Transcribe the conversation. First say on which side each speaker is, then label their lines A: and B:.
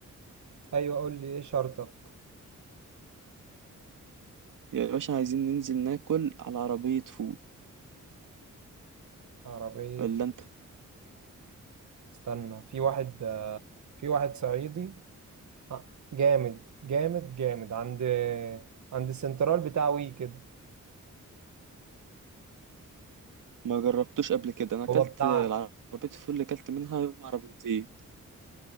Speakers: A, on the right; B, on the right.
A: ايوه قول لي ايه شرطك
B: يا باشا عايزين ننزل ناكل على عربية فول
A: عربية
B: ولا انت
A: استنى في واحد في واحد صعيدي آه، جامد جامد جامد عند عند السنترال بتاع وي كده
B: ما جربتوش قبل كده انا اكلت
A: هو بتاع
B: العربية الفول اللي اكلت منها يوم عربيتين